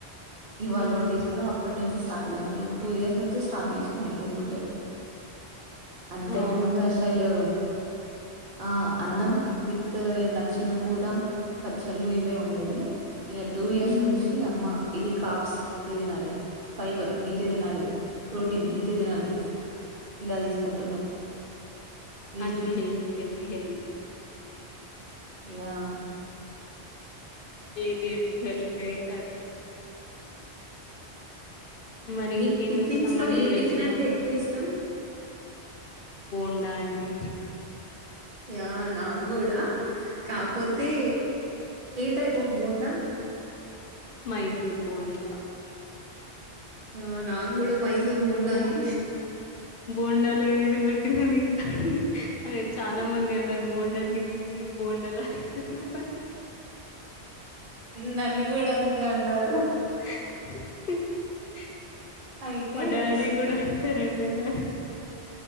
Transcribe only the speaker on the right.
ఇవి
అలవాటు చేసుకోడం అప్పటి నుంచి స్టార్ట్ చేసుకొని టూ ఇయర్స్ నుంచి స్టార్ట్ చేసినా హెల్దీ ఫుడ్ అంతకు
ముందు అసలు ఆ అన్నం విత్ నచ్చిన కూర పచ్చ ఇవే ఉండేది ఇగా టూ ఇయర్స్
నుంచి అమ్మ ఇది కాప్స్ ఇంతే తినాలి ఫైబర్ ఇంతే తినాలి ప్రో ఇంతే తినాలి ఇలా తీసుకుంటున్నాం. ఇది
యా
మీకు
టిఫిన్స్‌లో
ఏ
టిఫిన్ అంటే
ఎక్కువ ఇష్టం?
యా నాకు కూడా కాపోతే ఏ టైప్ ఆఫ్ బోండా
ఆ నా గూడా మైసూర్ బోండానే.
నన్ను గుడా అంతే అన్నారు.
అయితే
హ్మ్.